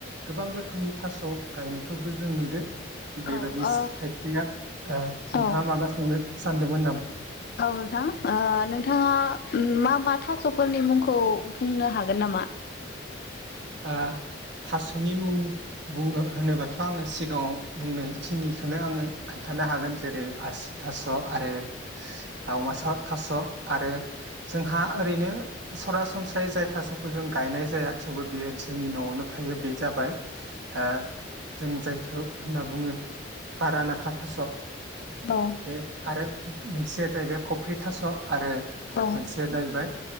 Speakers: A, on the right; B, on the left.
A: गोबां रोखोमनि थास' गायनायखौ खौ जों नुदो । थिक बेबायदि
B: औ ओ
A: खायसेया ओ नोंथाङा
B: औ-औ
A: माबा सोंनो सानदोंमोन नामा?
B: नोंथां, ओ नोंथाङा मा मा थास' स'फोरनि मुंखौ बुंनो हागोन नामा?
A: ओ थास'नि मुं बुङो होनोबाथ' आङो सिगाङाव बुंनायखिनिखौनो आङो खोन्थानो हागोन जेरै आसु थास' आरो दावमासा थास' आरो जोंहा ओरैनो सरासनस्रायै जाय थास'खौ जों गायनाय जाया गायनाय जाया थेवबो बेयो जोंनि न'आवनो थायो बे जाबाय ओ जों जाय ओ होनना बुङो बारानाखा थास' ।
B: औ
A: बे आरो मोनसेया जाहैबाय कफ्रि थास', आरो
B: औ
A: मोनसेया जाहैबाय